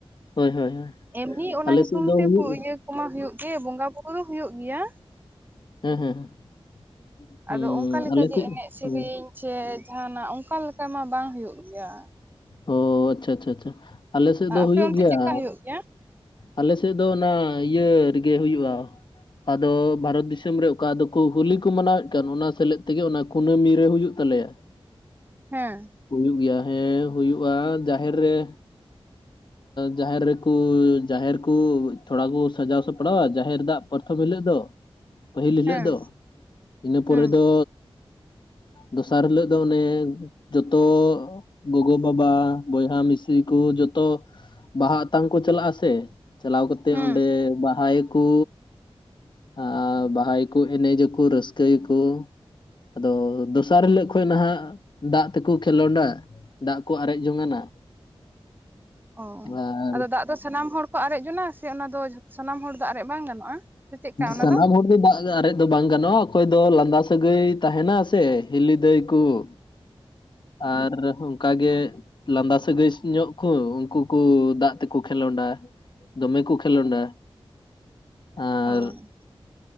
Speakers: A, on the left; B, on the right.
A: ᱦᱳᱭ ᱦᱳᱭ ᱦᱳᱭ᱾
B: ᱮᱢᱱᱤ ᱚᱱᱟ
A: ᱟᱞᱮ
B: ᱧᱩᱛᱩᱢ
A: ᱥᱮᱫ ᱫᱚ
B: ᱛᱮ
A: ᱦᱩᱭᱩᱜᱼᱟ
B: ᱤᱭᱟᱹ ᱠᱚᱢᱟ ᱦᱳᱭᱳᱜ ᱜᱮ, ᱵᱚᱸᱜᱟ ᱵᱩᱨᱩ ᱫᱚ ᱦᱳᱭᱳᱜ ᱜᱮᱭᱟ᱾
A: ᱦᱮᱸ ᱦᱮᱸ ᱦᱮᱸ᱾ ᱦᱩᱸ
B: ᱟᱫᱚ ᱚᱱᱠᱟ ᱞᱮᱠᱟ
A: ᱟᱞᱮ
B: ᱡᱮ
A: ᱥᱮᱫ
B: ᱮᱱᱮᱡ ᱥᱮᱨᱮᱧ
A: ᱦᱩᱸ
B: ᱥᱮ ᱡᱟᱦᱟᱱᱟᱜ ᱚᱱᱠᱟ ᱞᱮᱠᱟ ᱢᱟ ᱵᱟᱝ ᱦᱩᱭᱩᱜ ᱜᱮᱭᱟ᱾
A: ᱚ ᱟᱪᱪᱷᱟ ᱟᱪᱪᱷᱟ ᱟᱪᱪᱷᱟ, ᱟᱞᱮᱥᱮᱫ ᱫᱚ
B: ᱟᱯᱮ
A: ᱦᱩᱭᱩᱜ
B: ᱚᱱᱛᱮ
A: ᱜᱮᱭᱟ᱾
B: ᱪᱮᱫᱠᱟ ᱦᱩᱭᱩᱜ ᱜᱮᱭᱟ
A: ᱟᱞᱮᱥᱮᱜ ᱫᱚ ᱚᱱᱟ ᱤᱭᱟᱹ ᱨᱮᱜᱮ ᱦᱩᱭᱩᱜᱼᱟ᱾ ᱟᱫᱚ ᱵᱷᱟᱨᱚᱛ ᱫᱤᱥᱚᱢ ᱨᱮ ᱚᱠᱟ ᱫᱚᱠᱚ ᱦᱳᱞᱤ ᱠᱚ ᱢᱟᱱᱟᱣᱮᱫ ᱠᱟᱱ ᱚᱱᱟ ᱥᱮᱞᱮᱫ ᱛᱮᱜᱮ ᱚᱱᱟ ᱠᱩᱱᱟᱹᱢᱤ ᱨᱮ ᱦᱩᱭᱩᱜ ᱛᱟᱞᱮᱭᱟ᱾
B: ᱦᱮᱸ,
A: ᱦᱩᱭᱩᱜ ᱜᱮᱭᱟ ᱦᱮᱸ ᱦᱩᱭᱩᱜᱼᱟ ᱡᱟᱦᱮᱨ ᱨᱮ, ᱡᱟᱦᱮᱨ ᱨᱮᱠᱚ ᱡᱟᱦᱮᱨ ᱠᱚ ᱛᱷᱚᱲᱟ ᱠᱚ ᱥᱟᱡᱟᱣ ᱥᱟᱯᱲᱟᱣᱟ ᱡᱟᱦᱮᱨ ᱫᱟᱜ ᱯᱨᱚᱛᱷᱚᱢ ᱦᱤᱞᱳᱜ ᱫᱚ᱾ ᱯᱟᱹᱦᱤᱞ ᱦᱤᱞᱳᱜ
B: ᱦᱮᱸ
A: ᱫᱚ ᱤᱱᱟᱹ ᱯᱚᱨᱮ
B: ᱦᱩᱸ
A: ᱫᱚ ᱫᱚᱥᱟᱨ ᱦᱤᱞᱳᱜ ᱫᱚ ᱚᱱᱮ ᱡᱚᱛᱚ ᱜᱚᱜᱚ ᱵᱟᱵᱟ ᱵᱚᱭᱦᱟ ᱢᱤᱥᱤ ᱠᱚ ᱡᱚᱛᱚ ᱵᱟᱦᱟ ᱟᱛᱟᱝ ᱠᱚ ᱪᱟᱞᱟᱜᱼᱟ ᱥᱮ ᱪᱟᱞᱟᱣ ᱠᱟᱛᱮᱜ
B: ᱦᱩᱸ
A: ᱚᱸᱰᱮ ᱵᱟᱦᱟᱭᱟ ᱠᱚ᱾ ᱟᱨ ᱵᱟᱦᱟᱭᱟᱠᱚ ᱮᱱᱮᱡ ᱟᱠᱚ ᱨᱟᱹᱥᱠᱟᱹᱭ ᱟᱠᱚ᱾ ᱟᱫᱚ ᱫᱚᱥᱟᱨ ᱦᱤᱞᱳᱜ ᱠᱷᱚᱱ ᱱᱟᱦᱟᱜ ᱫᱟᱜ ᱛᱮᱠᱚ ᱠᱷᱮᱞᱳᱰᱟ᱾ ᱫᱟᱜ ᱠᱚ ᱟᱨᱮᱡ ᱡᱚᱝᱟᱱᱟ᱾
B: ᱚ
A: ᱟᱨ
B: ᱟᱫᱚ ᱫᱟᱜ ᱫᱚ ᱥᱟᱱᱟᱢ ᱦᱚᱲ ᱠᱚ ᱟᱨᱮᱡ ᱡᱚᱱᱟ ᱥᱮ ᱚᱱᱟ ᱫᱚ ᱡᱚᱛᱚ ᱥᱟᱱᱟᱢ ᱦᱚᱲ ᱫᱚ ᱟᱨᱮᱡ ᱵᱟᱝ ᱜᱟᱱᱚᱜᱼᱟ ᱥᱮ ᱪᱮᱫᱠᱟ ᱚᱱᱟ
A: ᱥᱟᱱᱟᱢ
B: ᱫᱚ?
A: ᱦᱚᱲ ᱫᱟᱜ ᱟᱨᱮᱡ ᱫᱚ ᱵᱟᱝ ᱜᱟᱱᱚᱜᱼᱟ, ᱚᱠᱚᱭ ᱫᱚ ᱞᱟᱸᱱᱫᱟ ᱥᱟᱹᱜᱟᱹᱭ ᱛᱟᱦᱮᱱᱟ ᱥᱮ ᱦᱤᱞᱤ ᱫᱟᱹᱭ ᱠᱚ ᱟᱨ ᱚᱱ ᱚᱠᱟ ᱜᱮ ᱞᱟᱸᱫᱟ ᱥᱟᱹᱜᱟᱹᱭ ᱧᱚᱜ ᱠᱚ ᱩᱱᱠᱩ ᱠᱚ ᱫᱟᱜ ᱛᱮᱠᱚ ᱠᱷᱮᱞᱳᱰᱟ᱾ ᱫᱚᱢᱮ ᱠᱚ ᱠᱷᱮᱞᱳᱰᱟ᱾ ᱟᱨ
B: ᱚ